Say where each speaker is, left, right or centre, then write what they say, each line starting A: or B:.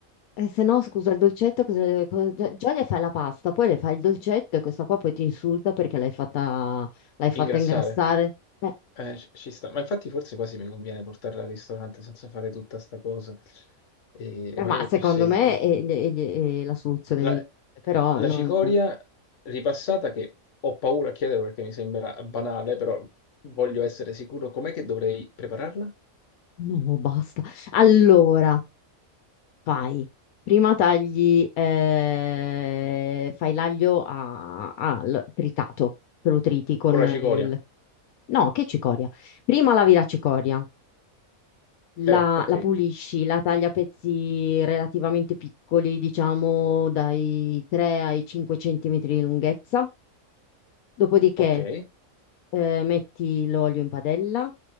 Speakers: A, on the left; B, on the left.
A: E se no, scusa, il dolcetto, cosa- cosa- già, già le fai la pasta, poi le fai il dolcetto e questa qua poi ti insulta perché l'hai fatta, l'hai fatta
B: Ingrassare?
A: ingrassare. Eh,
B: Eh, ci ci sta. Ma infatti forse quasi mi conviene portarla al ristorante senza fare tutta sta cosa. E,
A: eh,
B: e magari
A: ma secondo
B: è più semplice.
A: me è, è- è- è la soluzione
B: La,
A: migliore, però
B: eh, la
A: non...
B: cicoria ripassata, che ho paura a chiederlo perché mi sembra banale, però voglio essere sicuro. Com'è che dovrei prepararla?
A: No, basta. Allora, fai. Prima tagli, eh, fai l'aglio a, al tritato, te lo triti con
B: Con la cicoria?
A: il... No, che cicoria. Prima lavi la cicoria,
B: Eh,
A: La,
B: ok,
A: la pulisci, la tagli a pezzi relativamente piccoli, diciamo dai 3 ai 5 centimetri di lunghezza. Dopodiché
B: ok,
A: eh, metti l'olio in padella,